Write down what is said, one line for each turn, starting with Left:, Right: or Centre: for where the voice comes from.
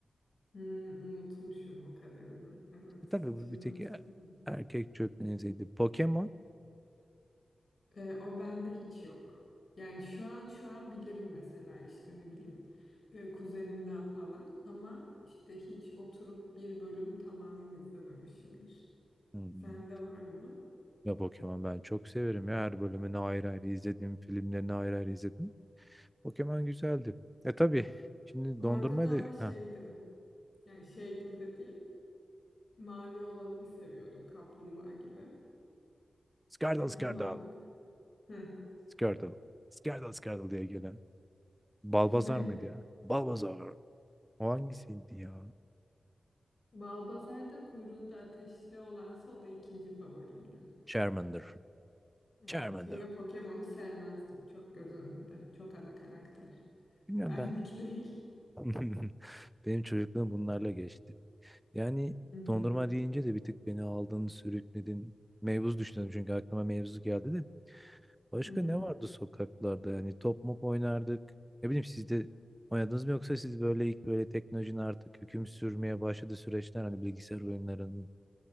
Left: hmm, unutmuşum o kadarını. Evet,
Centre: E tabii
Left: şimdi
Centre: bu bir tek
Left: hatırladım.
Centre: e- erkek çökmeziydi. Pokemon.
Left: Ee, o bende hiç yok. Yani şu an şu an bilirim mesela işte ne bileyim e, kuzenimden falan ama işte hiç oturup bir bölüm tamamen izlememişimdir.
Centre: Hmm.
Left: Sende var mı?
Centre: Ya Pokemon ben çok severim ya. Her bölümünü ayrı ayrı izledim. Filmlerini ayrı ayrı izledim. Pokemon güzeldi. E tabii. Şimdi
Left: Orada
Centre: dondurma
Left: da ama
Centre: da...
Left: şeydim.
Centre: Ha.
Left: Yani şeydim dediğim mavi olanı bir seviyordum kaplumbağa gibi.
Centre: Skardal
Left: Kaplumbağa
Centre: Skardal.
Left: mıydı? Hı.
Centre: Skardal. Skardal Skardal diye gelen. Balbazar
Left: <laughs>
Centre: mıydı ya? Balbazar. O hangisiydi ya?
Left: Balbazar'da kuyruğunda ateşli olansa o da ikinci favorimdi.
Centre: Charmander.
Left: Evet,
Centre: Charmander.
Left: yine Pokemon'u sevmezdim. Çok göz önünde. Çok ana karakter.
Centre: Bilmiyorum
Left: Benlik
Centre: ben.
Left: değil.
Centre: <laughs> Benim çocukluğum bunlarla geçti. Yani
Left: Hı hı,
Centre: dondurma deyince de bir tık beni aldın, sürükledin. Mevzu düşündüm çünkü aklıma mevzu geldi de. Başka
Left: hı hı.
Centre: ne vardı sokaklarda? Yani top mop oynardık. Ne bileyim siz de oynadınız mı yoksa siz böyle ilk böyle teknolojinin artık hüküm sürmeye başladığı süreçler hani bilgisayar oyunlarının